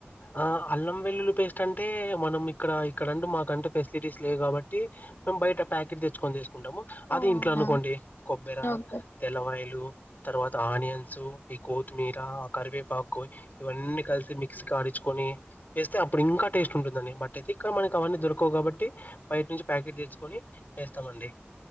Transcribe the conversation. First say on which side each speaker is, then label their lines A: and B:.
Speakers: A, on the left; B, on the left.
A: ఆ అల్లం వెల్లులి పేస్ట్ అంటే మనం ఇక్కడ ఇక్కడండు మాకంటు ఫెసిలిటీస్ లేవు కాబట్టి బయట ప్యాకిటా దెచ్చుకొని జేస్ కుంటము అది
B: ఓ
A: ఇంట్లో
B: అవునా
A: అనుకోండి కొబ్బరి
B: ఓకే
A: తెల్లవాయలు తర్వాత ఆనియన్స్ ఈ కోత్తిమీర ఆ కరివేపాకు ఇవన్ని కలిసి మిక్స్కి ఆడిచ్చుకొని ఏస్తే అప్పుడింకా టేస్ట్ ఉంటుందని బట్ అయితే ఇక్కడ మనకి అవన్నీ దొరకవు కాబట్టి బయట్ నుంచి ప్యాకెట్ దెచ్చుకొని ఏస్తామండి